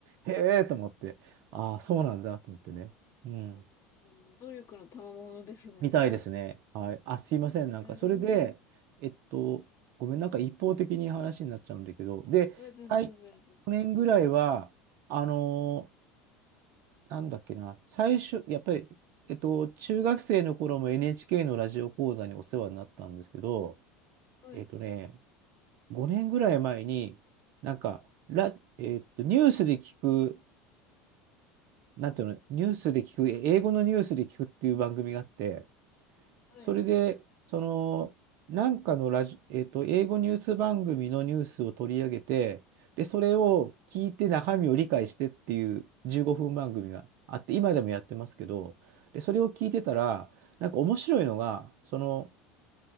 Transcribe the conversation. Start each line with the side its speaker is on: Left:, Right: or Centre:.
Right: へえと思って、ああ、そうなんだと思ってね。うん。
Left: や、もうもう努力の賜物ですね。
Right: みたいですね。はい。あ、すいません。
Left: ええーい
Right: なんか、それで、えっと、ごめん、なんか一方的に話になっちゃうんだけど、で、
Left: や、全然、
Right: 最去
Left: 全然。
Right: 年ぐらいは、あのーなんだっけな、最初、やっぱり、えっと、中学生の頃も NHK のラジオ講座にお世話になったんですけど、
Left: はい
Right: えっとね、5年ぐらい前に、なんか、ラ、えーっと、ニュースで聞く、なんていうの、ニュースで聞く、英語のニュースで聞くっていう番組があって、
Left: はい。
Right: それで、その、なんかのラジ、えーっと、英語ニュース番組のニュースを取り上げて、で、それを聞いて中身を理解してっていう15分番組があって、今でもやってますけど、で、それを聞いてたら、なんか面白いのが、その、